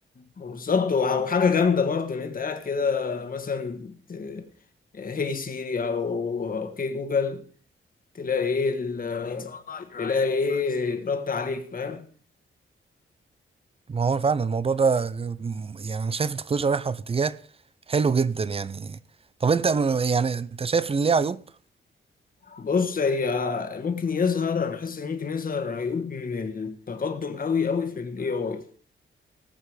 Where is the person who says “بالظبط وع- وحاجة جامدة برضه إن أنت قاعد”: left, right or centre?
Left